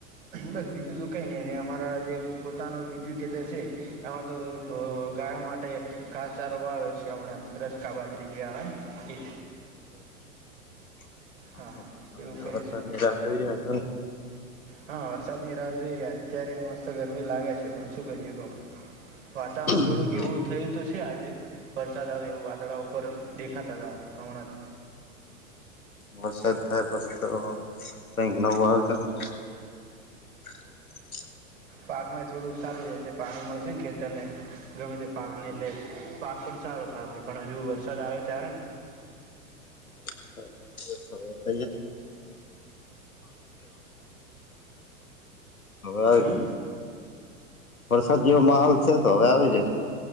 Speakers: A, on the right (about 65°); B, on the left (about 75°).
A: બસ બીજું તો કઈ નહી અમારા જે પોતાનું બીજું ખેતર છે એમાં તો આવ માટે ઘાસ સારો આવ્યો છે હમણાં રજકા બાદરીજી આવેન એ
B: <inaudible> <unintelligible>
A: હા એવું કર્યું છે હા વરસાદ ની રાહ જોઈ રહ્યા. અત્યારે મસ્ત ગરમી લાગે છે પણ શું કરીએ કો વાતાવરણ થોડુંક
B: ને?
A: એવું થયું તો છે આજે. વરસાદ આવે એવું વાદળા ઉપર દેખાતા હતા હમણાં.
B: વરસાદ થાય પછી તો કઈ. <unintelligible>
A: પાક માં થોડું સારું રહેેશે. પાણી મળશે ને ખેતર ને ગમે તે પાક
B: કરશું.
A: ને એટલે પાક પણ સારો થશે પણ હજુ વરસાદ આવે ત્યારેને.
B: <unintelligible> <inaudible> હવે આવી
A: હમ
B: જાય વરસાદ જેવો માહોલ છે. તો હવે આવી જાય.